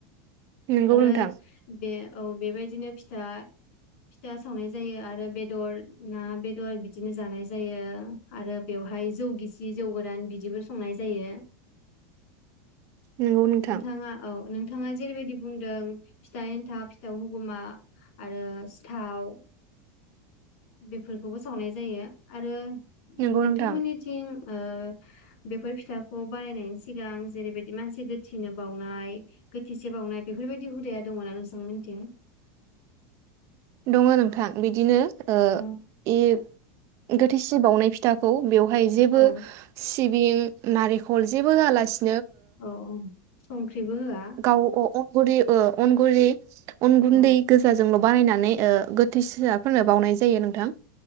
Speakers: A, on the right; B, on the left.
A: नंगौ
B: आरो
A: नोंथां
B: बे औ बेबायदि बिदिनो फिथा फिथा सावनाय जायो, आरो बेदर ना बेदर बिदिनो जानाय जायो आरो बेवहाय जौ गिसि जौ गोरान बिदिबो संनाय जायो।
A: नंगौ नोंथां
B: नोंथाङा औ नों- नोंथाङा जेरैबायदि बुंदों फिथा एन्था फिथा गुमा आरो सिथाव बेफोरखौबो सावनाय जायो आरो।
A: नंगौ
B: नोंथांमोननिथिं,
A: नोंथां
B: ओ बेफोर फिथाखौ बानायनायनि सिगां जेरैबायदि मानसि गोथैनो बावनाय गोथैसि बावनाय बेफोरबायदि हुदाया दङ ना नोंसांमोनथिं?
A: दङ नोंथां बिदिनो ओ
B: औ
A: इब गोथ फिसि बावनाय फिथाखौ बेयाव बहाय जेबो
B: औ
A: सि सिबिं नारेखल जेबो होलासिन
B: औ औ संख्रिबो उम होआ
A: गाव अ अ गुरि ओ अनगुरि अन गुन्दै
B: औ
A: गोजाजोंल बानायनानै ओ गोथै सियाफोरनो बावनाय जायो नोंथां।